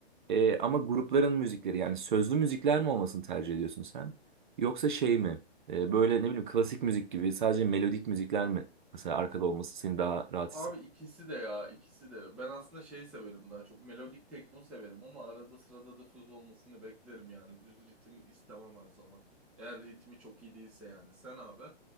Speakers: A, on the right; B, in the centre.
A: e, ama grupların müzikleri yani sözlü müzikler mi olmasını tercih ediyorsun sen? Yoksa şey mi E, böyle ne bileyim klasik müzik gibi sadece melodik müzikler mi mesela arkada olması seni daha rahat
B: Abi ikisi de ya ikisi de. Ben aslında şey severim daha çok melodik tekno severim ama arada sırada da söz olmasını beklerim yani. Düz ritmi istemem her zaman. Eğer ritmi çok iyi değilse yani. Sen abi?